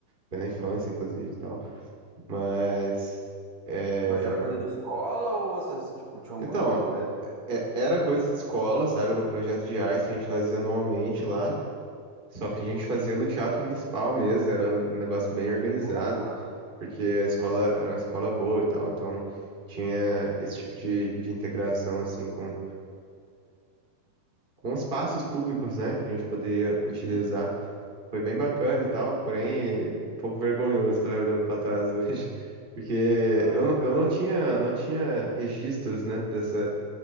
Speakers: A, on the right; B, on the right.
A: Foi na infância, inclusive, e tal. Mas, é,
B: Mas era coisa de escola ou vocês, tipo, tinham
A: então,
B: um grupo mesmo?
A: é- era coisa de escola, sabe? Era um projeto de arte que a gente fazia anualmente lá. Só que a gente fazia no teatro municipal mesmo, era um negócio bem organizado,
B: Pô, que massa.
A: porque a escola era uma escola boa e tal, então tinha esse tipo de, de integração, assim, com, com espaços públicos, né? Que a gente poderia utilizar.
B: Sim.
A: Foi bem bacana e tal, porém um pouco vergonhoso também olhando para trás hoje, <laughs> porque
B: Ah,
A: eu, não- eu não tinha não tinha registros, né, dessa